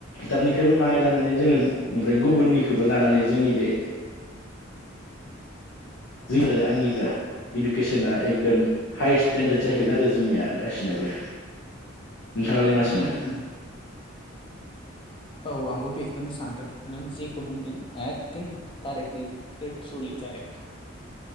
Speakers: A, on the left; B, on the left.
A: दाबनिखौबो माहै लानानै जोङो ओमफ्राय गुबुननिखौबो लानानै जोंनि बे जों
B: उम
A: आरो आंनिबा इडुकेसना एकदम हायस्ट स्टेेनडार्ड
B: उम
A: जाहैगोन
B: उम उम
A: आरो जोंनिया गासिनोबो नोंथाङालाय
B: उम
A: मा सनो
B: उम औ आंबो बेखौनो सानदों नों जेखौ बुंदों एथिं कारेक्टलि